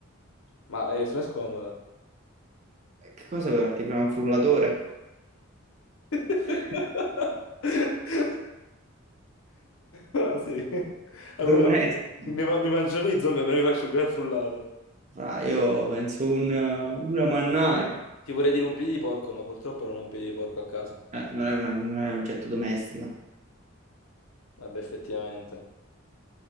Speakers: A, on the left (about 70°); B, on the right (about 35°).
A: ma è me è scomoda.
B: che cosa porti? Fra un frullatore?
A: <laughs>
B: <laughs>
A: Ah, sì, almeno
B: Domestico.
A: mi, mi mangiano i zombie, almeno mi faccio un gran frullato.
B: Fra, io penso un- una mannaia.
A: Ti vorrei dire un piede di porco, ma purtroppo non ho un piede di porco a casa.
B: Eh, non è una- non è un oggetto domestico.
A: Vabbè, effettivamente.